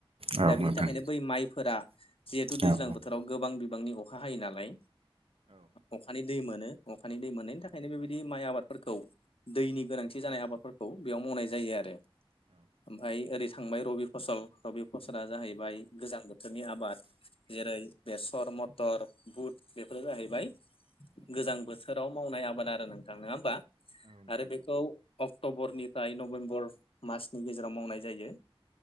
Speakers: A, on the right; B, on the left.
A: औ
B: दा
A: नोंथां औ
B: बिनि
A: नोंथां औ नोंथां
B: थाखायनो
A: औ नोंथां
B: बै माइफोरा जिहेतु
A: औ
B: दैज्लां
A: औ
B: बोथोराव
A: औ उम
B: गोबां बिबांनि अखा हायो नालाय अखानि दै मोनो अखानि दै मोननायनि थाखायनो बेबायदि माइ आबादफोरखौ दैनि गोनांथि जानाय आबादफोरखौ बेयाव मावनाय जायो आरो ओमफाय ओरै थांबाय रबि फसल रबि फसला जाहैबाय गोजां बोथोरनि आबाद जेरै बेसर मटर बुट बेफोरो जाहैबाय गोजां बोथोराव मावनाय आबाद आरो नोंथां नंङा होमबा आरो बेखौ अक्ट'बरनिफ्राय नभेम्बर मासनि गेजेराव मावनाय जायो।